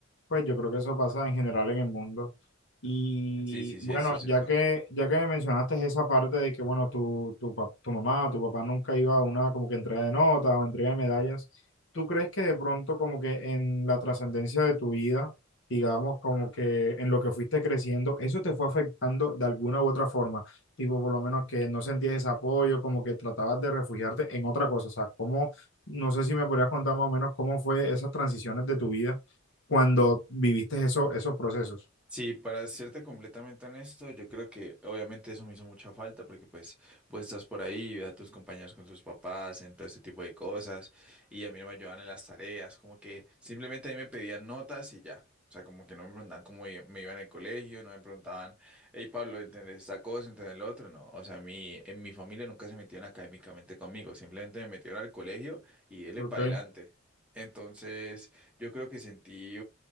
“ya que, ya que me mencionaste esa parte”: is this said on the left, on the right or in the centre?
Left